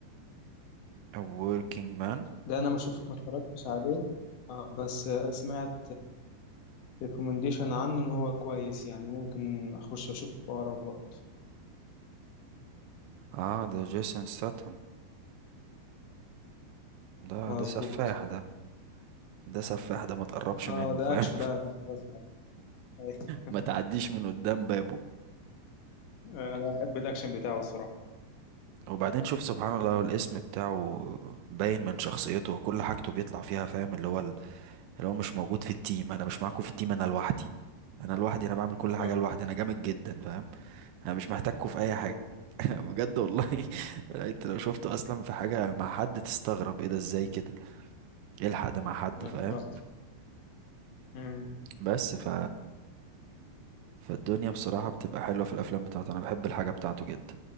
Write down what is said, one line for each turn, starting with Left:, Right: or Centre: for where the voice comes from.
Right: A working man
Left: ده انا ما شفت ما اتفرجتش عليه اه بس آه، سمعت ريكومنديشن عنه ان هو كويس يعني ممكن اخش اشوفه في اقرب وقت
Right: اه ده جيسون ستاتم ده
Left: مظبوط
Right: ده سفاح ده ده سفاح ده ما تقربش
Left: اه
Right: منه
Left: ده
Right: فاهم
Left: اكشن بقى مش فزع. <laughs>
Right: ما تعديش من قدام بابه
Left: آه، انا احب الاكشن بتاعه الصراحه
Right: وبعدين شوف سبحان الله الاسم بتاعه باين من شخصيته وكل حاجته بيطلع فيها فاهم اللي هو ال- اللي هو مش موجود في التيم انا مش معاكم في التيم انا لوحدي انا لوحدي انا بعمل كل
Left: انا
Right: حاجه
Left: لوحدي
Right: لوحدي انا جامد جدا فاهم انا مش محتاجكم في اي
Left: بالظبط
Right: حاجه <laughs> بجد والله <laughs> انت لو شفته اصلا في حاجه مع حد تستغرب ايه ده ازاي كده يلحق ده مع حد
Left: لا
Right: فاهم
Left: لا بقى.
Right: بس ف فالدنيا بصراحه بتبقى حلوه في الافلام بتاعته انا بحب الحاجه بتاعته جدا